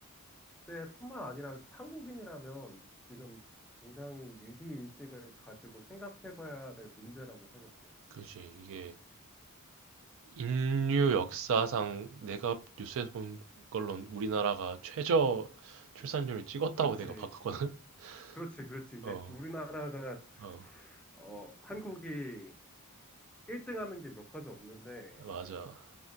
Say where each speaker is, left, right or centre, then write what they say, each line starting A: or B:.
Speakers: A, in the centre; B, on the right.
A: 때뿐만 아니라 한국인이라면 지금 굉장히 위기의식을 가지고 생각해봐야 될 문제라고 생각해.
B: 그지. 이게 인류 역사상 내가 뉴스에서 본 걸로는 우리나라가 최저 출산율을 찍었다고
A: 그렇지,
B: 내가 봤거든?
A: 그렇지, 그렇지.
B: <laughs>
A: 이제
B: 어,
A: 우리나라가,
B: 어,
A: 어, 한국이 1등 하는 게 몇 가지 없는데,
B: 맞아.
A: 어,